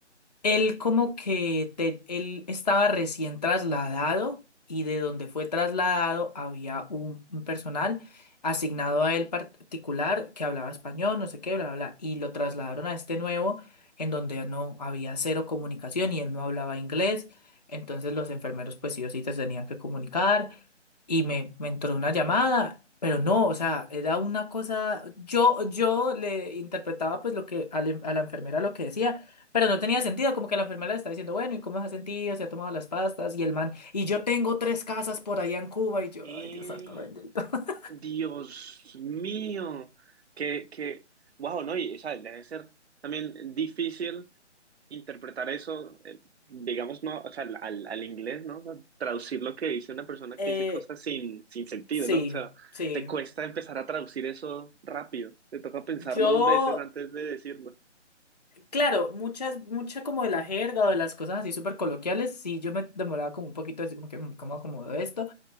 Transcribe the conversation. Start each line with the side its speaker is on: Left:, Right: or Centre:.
Left: Él como que te- él estaba recién trasladado y de donde fue trasladado había un, un personal asignado a él particular que hablaba español, no sé qué, bla, bla, bla, y lo trasladaron a este nuevo en donde no había cero comunicación y él no hablaba inglés, entonces los enfermeros pues sí o sí se tenían que comunicar y me, me entró una llamada, pero no, o sea, era una cosa, yo, yo le interpretaba pues lo que a la a la enfermera lo que decía. Pero no tenía sentido, como que la enfermera le está diciendo, bueno, ¿y cómo se ha sentido? ¿Se ha tomado las pastas? Y el man, y yo tengo tres casas por allá en Cuba, y yo,
Right: ¡Ey!
Left: ay, Dios santo bendito. <laughs>
Right: Dios mío, que, que, wow, no, y o sea, debe ser también difícil interpretar eso, eh, digamos, no, o sea, al, al- al inglés, ¿no? O sea, traducir lo que dice una persona
Left: Eh,
Right: que dice cosas sin, sin sentido,
Left: sí,
Right: ¿no? O sea,
Left: sí.
Right: te cuesta empezar a traducir eso rápido. Te toca pensarlo
Left: Yo,
Right: dos veces antes de decirlo.
Left: claro, muchas, mucha como de la jerga o de las cosas así súper coloquiales, sí, yo me demoraba como un poquito, así como que, "Mm, ¿cómo acomodo esto?